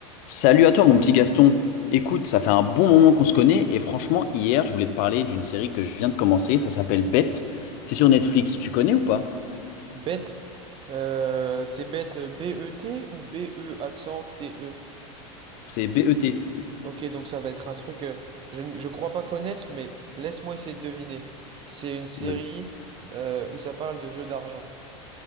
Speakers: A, on the left; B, on the right.
A: Salut à toi mon petit Gaston. Écoute, ça fait un bon moment qu'on se connaît et franchement, hier, je voulais te parler d'une série que je viens de commencer, ça s'appelle Bête. C'est sur Netflix, tu connais ou pas?
B: Bête, euh, c'est bête B-E-T ou B-E accent T-E.
A: C'est B-E-T.
B: Ok, donc ça va être un truc euh, je ne je crois pas connaître, mais laisse-moi essayer de deviner. C'est une série
A: Ouais.
B: euh, où ça parle de jeux d'argent.